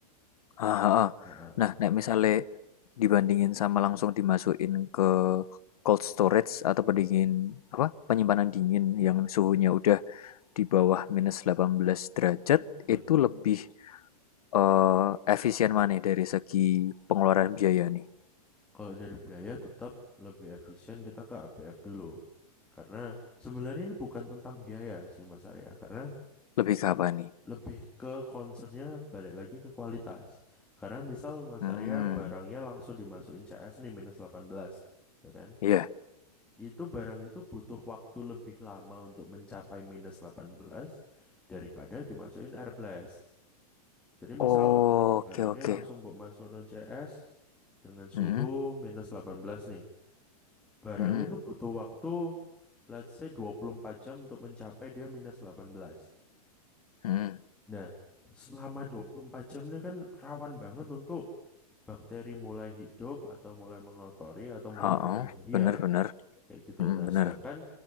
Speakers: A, on the left; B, in the centre.
A: Ah, ah, ah.
B: Heeh.
A: Nah, nek misalnya dibandingin sama langsung dimasukin ke cold storage atau pendingin
B: Mm-mm.
A: apa? penyimpanan dingin
B: Yep,
A: yang suhunya udah di bawah minus 18 derajat
B: yep.
A: itu lebih eh, efisien mana dari segi pengeluaran biaya nih?
B: Kalau dari biaya tetap lebih efisien kita ke ABF dulu. Karena sebenarnya ini bukan tentang biaya sih Mas Arya. Karena
A: Lebih ke apa nih?
B: lebih ke concernnya balik lagi ke kualitas. Karena misal Mas
A: Hmm,
B: Arya barangnya langsung dimasukin CS nih minus 18, ya kan?
A: iya.
B: Itu barang itu butuh waktu lebih lama untuk mencapai minus 18 daripada dimasukin air blast. Jadi
A: Oke,
B: misal barangnya
A: okay, oke. Okay.
B: langsung buat masuk no CS dengan suhu
A: Hmm.
B: minus 18 nih. Barangnya
A: Mhm,
B: itu butuh waktu let's say 24 jam untuk mencapai dia minus 18.
A: mhm,
B: Nah, selama 24 jam ini kan rawan banget untuk bakteri mulai hidup atau mulai mengotori atau mulai
A: heeh,
B: berkembang biak
A: bener bener,
B: kayak gitu.
A: mhm,
B: Nah,
A: bener.
B: sedangkan